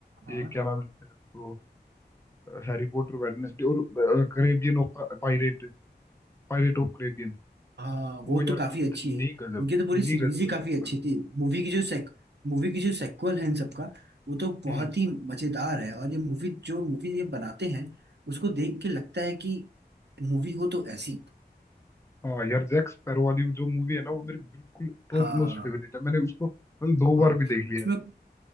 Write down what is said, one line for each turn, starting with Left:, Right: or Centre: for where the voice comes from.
Right: हाँ
Left: ये क्या नाम लेते हैं उसको हैरी पॉटर वेटनेसडे और Caribbean of pirate pirate of Caribbean
Right: हाँ वो
Left: वो यार
Right: तो काफी
Left: इतनी
Right: अच्छी है
Left: गजब
Right: इनकी
Left: इतनी
Right: तो पूरी सीरीज
Left: गजब
Right: ही
Left: है
Right: काफी
Left: जैक स्पैरो
Right: अच्छी थी मूवी की जो सेक मूवी की जो सेक्वल है इन सबका वो तो बहुत
Left: हम्म
Right: ही मजेदार है और ये मूवी जो मूवी ये बनाते हैं उसको देख के लगता है कि मूवी हो तो ऐसी
Left: हाँ यार जैक स्पैरो वाली जो मूवी है ना वो मेरी बिल्कुल टॉप
Right: हाँ
Left: नॉच फेवरेट है मैंने उसको मतलब दो
Right: बहुत
Left: बार भी देख लिया
Right: उसमें
Left: है